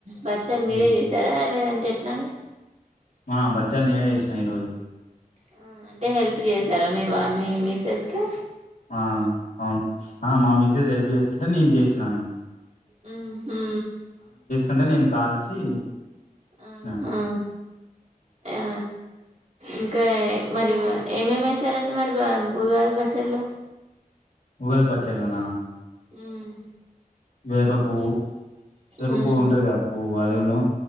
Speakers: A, on the right (about 50°); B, on the left (about 75°).
A: బచ్చాలు
B: హ్మ్
A: మీరే చేసారా లేదంటే ఎట్లా అండి
B: ఆ బచ్చాలు నేనేే చేసినా ఈ రోజు
A: హ్మ్ అంటే హెల్ప్ చేసారా మీ మీ మిస్సెస్కి
B: ఆ అవును ఆ మా మిసెస్ హెల్ప్ చేస్ అంటే నేను చేసినాను
A: హ్మ్ హు
B: అంటే నేను కాల్చి
A: హ్మ్
B: ఇచ్చినాను
A: హు ఆ ఇంకా మరి ఏమేమి ఏసారండీ మరి ఊగాది పచ్చలో
B: ఉగాది పచ్చర్లనా
A: హ్మ్
B: వేప పూవ్వు వేప
A: ఉమ్
B: పువ్వు ఉంటాది గా పూ ఓ అది ను